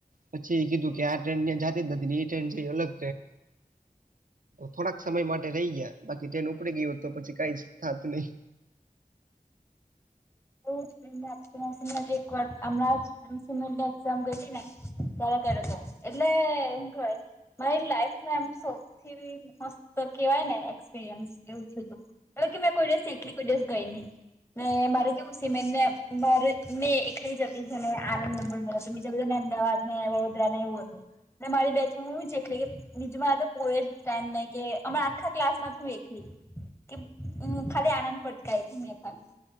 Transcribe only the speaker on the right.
પછી એ કીધું કે આ ટ્રેનં જાતી જ નથી ને એ ટ્રેન છેઈ એ અલગ. થોડાક સમય માટે રહી ગયા. બાકી તેને ઉપડી ગયયો તો પછી કઈ જ થાત નહી.